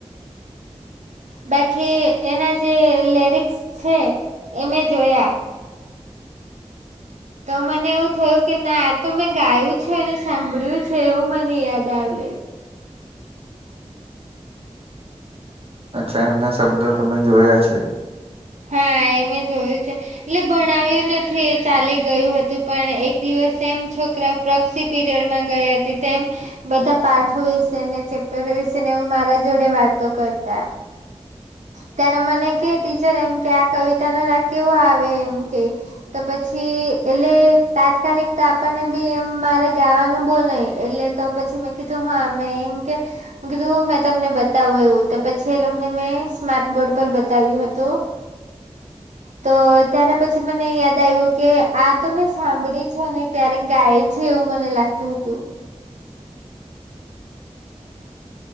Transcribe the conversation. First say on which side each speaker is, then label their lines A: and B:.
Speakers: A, on the right (about 90°); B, on the right (about 55°).
A: બાકી એના જે લેરિક્સ છે એ મેં જોયા. તો મને એવું થયું કે ના આતો મેં ગાયું છે અને સાંભળ્યું છે એવું મને યાદ આવે.
B: અચ્છા એમના શબ્દો તમે જોયા છે.
A: હાં એ મે જોયું છે. એટલે ભણાવ્યો નથી એ ચાલી ગયું હતું પણ એક દિવસ એમ છોકરા પ્રક્ષી પીરિયડમાં ગઈ હતી તેમ બધા પાઠો વિશે ને ચેપ્ટર વિશે ને એવું મારા જોડે વાતો કરતા ત્યારે મને કે ટીચર એમ કે આ કવિતા નો રાગ કેવો આવે એમ કે તો પછી એટલે તાત્કાલિક તો આપણને બી એમ મારે ગાવાનું બોઉ નહીં એટલે તો પછી મેં કીધું હ મેં એમ કે <unintelligible> કીધું મેં તમને બતાવું એવું તો પછી એલોકને મેં સ્માર્ટ બોર્ડ પર બતાવ્યું હતું.
B: <inaudible>
A: તો ત્યારે પછી મને યાદ આયવુ કે આ તો મેં સાંભળી છે અને ક્યારેક ગાય છે એવું મને લાગતુ હતું.